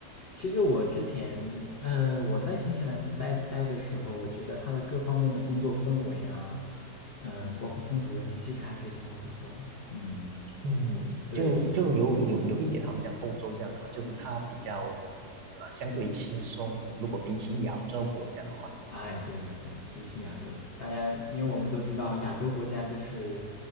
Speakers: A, on the left; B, on the right.
A: 其实我之前，呃，我在新西兰待待的时候，我觉得它的各方面的工作氛围啊，嗯、包括风土人情，其实还是相当不错的。嗯，
B: 嗯，
A: 对，
B: 就就有有有一点好像欧洲这样子吧，就是它比较呃相对轻松，如果比起亚洲国家的话，
A: 哎，对对对，比起亚洲，大家因为我们都知道，亚洲国家就是